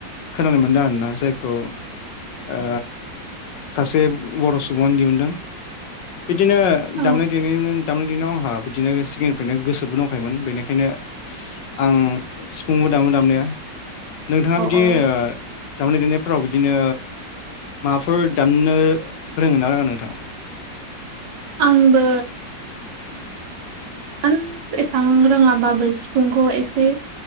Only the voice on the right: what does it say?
औ
औ
आंबो <unintelligible> एसां रोङाबाबो सिफुंखौ एसे